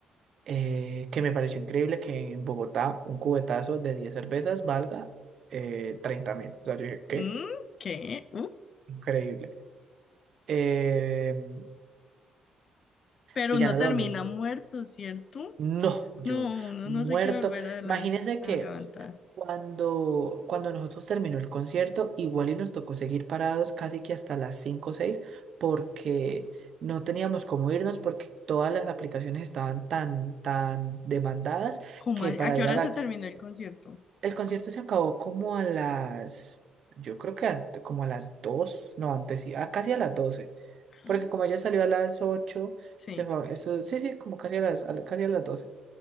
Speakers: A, on the right (about 60°); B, on the left (about 50°).
A: eh, que me pareció increíble que en Bogotá un cubetazo de 10 cervezas valga eh, 30 mil. O sea, yo dije,
B: Mm,
A: qué
B: ¿Qué? Uh,
A: increíble. Em,
B: pero
A: y ya
B: no
A: no devolvimos.
B: termina muerto, ¿cierto?
A: No, yo
B: No, uno
A: muerto.
B: no se quiere volver adelante,
A: Imagínense
B: a
A: que
B: levantar.
A: cuando, cuando nosotros terminó el concierto, igual y nos tocó seguir parados casi que hasta las 5 o 6 porque no teníamos cómo irnos porque todas las aplicaciones estaban tan, tan demandadas
B: ¿Cómo
A: que
B: a,
A: para
B: a qué
A: ir
B: hora
A: a la
B: se terminó el concierto?
A: el concierto se acabó como a las, yo creo que ante- como a las 2, no, antes sí, ah, casi a las 12,
B: Ah,
A: porque como ella salió a las 8,
B: Sí.
A: se fue, eso, sí, sí, como casi a las, a la- casi a las 12.